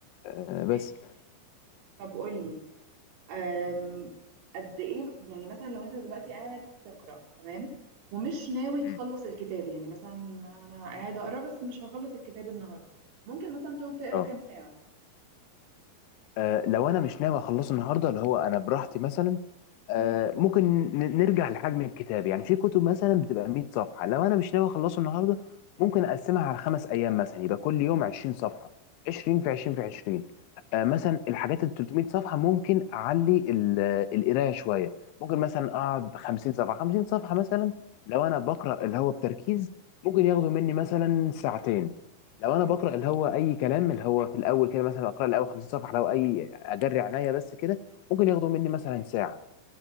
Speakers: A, on the left; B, on the right.
A: آه، بس
B: ماشي طب قولي أم، قد ايه يعني مثلا لو انت دلوقتي قاعد تقرا تمام ومش ناوي تخلص
A: مم.
B: الكتاب يعني مثلا انا قاعد اقرا بس مش هخلص الكتاب النهارده ممكن مثلا تقعد تقرا
A: اه
B: كام ساعه
A: آه، لو انا مش ناوي اخلصه النهارده اللي هو انا براحتي مثلا آه،
B: مم.
A: ممكن ن- نرجع لحجم الكتاب يعني في كتب مثلا بتبقى 100 صفحه لو انا مش ناوي اخلصه النهارده ممكن اقسمها على خمس ايام مثلا يبقى كل يوم 20 صفحه 20 في 20 في 20 آه، مثلا الحاجات ال 300 صفحه ممكن اعلي ال- القرايه شويه ممكن مثلا اقعد 50 صفحه 50 صفحه مثلا لو انا بقرا اللي هو بتركيز ممكن ياخدوا مني مثلا ساعتين لو انا
B: مم.
A: بقرا اللي هو اي كلام اللي هو في الاول كده مثلا اقرا الاول 50 صفحه لو اي اجري عينيا بس كده ممكن ياخدوا مني مثلا ساعه